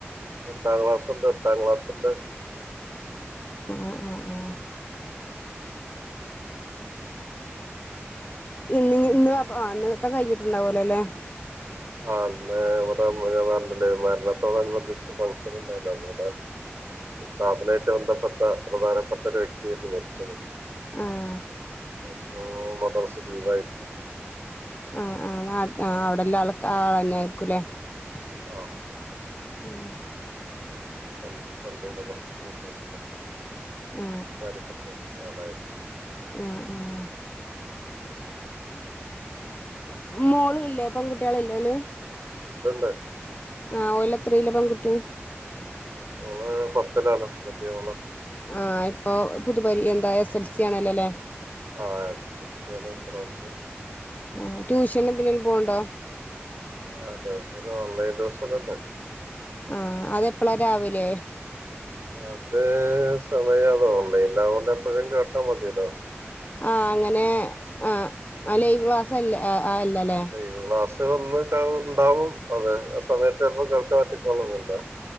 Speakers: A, on the right; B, on the left.
A: രണ്ടാം ക്ലാസുണ്ട് എട്ടാം ക്ലാസുണ്ട്.
B: ആ അ അ ഇന്ന് ഇന്ന് ഇന്നത്തെ കഴിഞ്ഞിട്ടുണ്ടാവുല്ലോലെ?
A: ആഹ് ഇവിടെ ഞാൻ പറഞ്ഞില്ലേ മരണത്തോടനുബന്ധിച്ച് ഫംഗഷൻ ഉണ്ടായിരുന്നവിടെ സ്ഥാപനമായിട്ട് ബന്ധപ്പെട്ട പ്രധാനപ്പെട്ട ഒരു വ്യക്തിയരുന്നു മരിച്ചത്
B: ആഹ്
A: അപ്പൊ മദർസ ലീവ് ആയിരുന്നു
B: അഹ്
A: ആഹ്
B: ഉം
A: പള് പള്ളി മദ്രസ ക്ക്‌
B: ആ
A: കാര്യപ്പെട്ട ആളാർന്ന
B: ആഹ്ആഹ് മോള് ഇല്ലേ പെൺ കുട്ട്യേൾ ഇല്ലേ ഓല്
A: ഇതുണ്ട്
B: ആ ഓലത്രയിലാ പെൺകുട്ടിയെ
A: ഓള് പത്തിലാണ് വല്യ ഓള്
B: ആഹ് ഇപ്പൊ പുതുപരി എന്താ എസ് എൽ സി ആണല്ലല്ലേ
A: ആഹ് പ്രോശ
B: ആഹ് ട്യൂഷൻ എന്തിനെങ്കിലും പോണ്ടോ
A: ആഹ് ദെവസ ഓൺലൈൻ ദിവസംന്നല്ല
B: ആഹ് അതെപ്പെളാ രാവിലെ
A: അതേ സമയം അതോൺലൈൻ ആയകൊണ്ട് എപ്പോഴും കേട്ടാ മതില്ലോ
B: ആഹ് അങ്ങനെ ആഹ് അ ലൈവ് ക്ലാ സല് ആ ആ അല്ലല്ലേ
A: ലൈവ് ക്ലാസ് വന്ന് ഇണ്ടാവും അതെ സമയത്ത് അപ്പോ കേൾക്കാൻ പറ്റിക്കോള് ന്നൊന്നില്ല